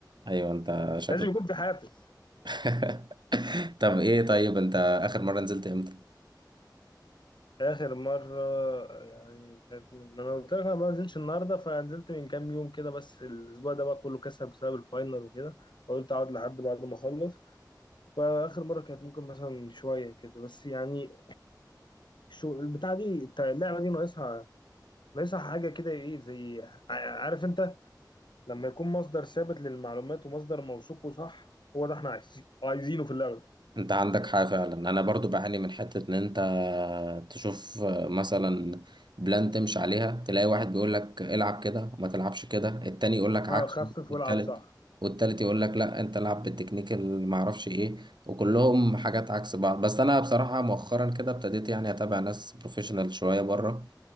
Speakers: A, on the right; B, on the left.
A: أيوه أنت شكلك
B: لازم يكون في حافز
A: <laughs> طب إيه طيب أنت آخر مرة نزلت إمتى؟
B: اخر مره يعني كانت من- ما انا قلت لك انا ما نزلتش النهارده فنزلت من كام يوم كده بس الاسبوع ده بقى كله كسب بسبب الفاينل وكده فقلت اقعد لحد بعد ما اخلص فاخر مره كانت ممكن مثلا شويه كده بس يعني شو البتاع دي الت- اللعبه دي ناقصها ناقصها حاجه كده ايه زي ع- عارف انت لما يكون مصدر ثابت للمعلومات ومصدر موثوق وصح هو ده احنا عايزين- عايزينه في اللعبه
A: انت عندك حاجة فعلا انا برضو بعاني من حتة ان انت تشوف مثلا بلان تمشي عليها تلاقي واحد بيقول لك العب كده وما تلعبش كده التاني يقول لك عكسه
B: اه خفف
A: والتالت
B: والعب صح
A: والتالت يقول لك لا انت العب بالتكنيك اللي ما اعرفش ايه وكلهم حاجات عكس بعض بس انا بصراحة مؤخرا كده ابتديت يعني اتابع ناس بروفيشنال شوية بره